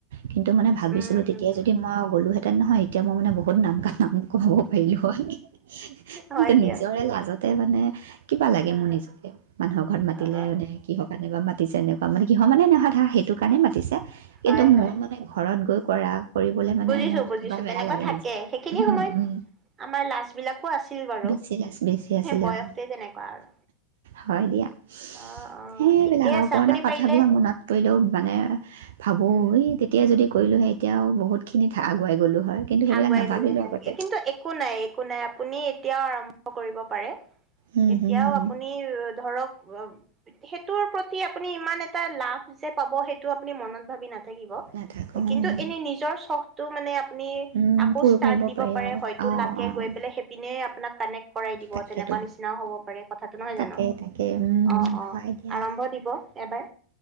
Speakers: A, on the right; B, on the right.
A: কিন্তু মানে ভাবিছো
B: উম
A: তেতিয়াই যদি মই গ'লো হেঁতেন নহয় এতিয়া মই মানে বহুত নাম নাম কমাব পাৰিলো হয়, কিন্তু
B: হয় দিয়ক
A: নিজৰে লাজত তাতে মানে কিবা লাগে
B: হা
A: মোৰ
B: হা
A: নিজকে, মানুহৰ ঘৰত মাতিলে
B: অ
A: মানে কিহৰ কাৰনে বা মাতিছে এনে মানে কিহৰ মানে ধৰা সেইটো কাৰণে মাতিছে, কিন্তু
B: হয়
A: মোৰ
B: হয়
A: মানে ঘৰত গৈ কৰা কৰিবলৈ মানে
B: বুজিছো
A: মোৰ
B: বুজিছো
A: কিবা বেয়া
B: তেনেকুৱা
A: লাগে
B: থাকে
A: নিজে
B: সেইখিনি
A: উম,
B: সময়ত
A: উম
B: আমাৰ লাজ বিলাকো আছিল বাৰু
A: বেছি লাজ বেছি আছিলে,
B: বয়সটোৱে
A: অ',
B: তেনেকুৱা আৰু
A: হয়, দিয়া
B: অ অ
A: সেইবিলাক
B: ঠিকে
A: আৰু
B: আছে
A: পুৰণা
B: আপুনি
A: কথাবিলাক
B: পাৰিলে
A: মনত কৰিলেও মানে ভাবোঁ
B: উম
A: এই তেতিয়া যদি কৰিলোঁ সেই এতিয়াও বহুতখিনিত আগুৱাই গলোঁ হয় কিন্তু সেইবিলাক
B: আগুৱাই
A: নাভাবিলোঁ
B: গ'লেহে
A: আগতে
B: কিন্তু একো নাই একো নাই আপুনি এতিয়াও আৰম্ভ কৰিব পাৰে,
A: উম,
B: এতিয়াও
A: হুম, হুম,
B: আপুনি ধৰক সেইটোৰ প্ৰতি আপুনি ইমান এটা লাভ যে, পাব সেইটো আপুনি মনত ভাবি না থাকিব
A: নাথাকো
B: কিন্তু
A: উম,
B: এনে নিজৰ চখ তটো মানে আপুনি
A: উম,
B: আকৌ
A: পুৰ
B: ষ্টাৰ্ট
A: কৰিব
B: দিব
A: পাৰি
B: পাৰে
A: আৰু
B: হয়তো
A: অ',
B: লাকে
A: অ',
B: গৈ পেলাই সেইপিনে আপোনাক কানেক্ট কৰাই দিব
A: তাকেতো
B: তেনেকুৱা নিচিনাও হব পাৰে কথাটো নহয়
A: তাকে
B: জানো অ',
A: তাকে উম,
B: অ',
A: হয় দিয়া।
B: আৰম্ভ দিব এবাৰ।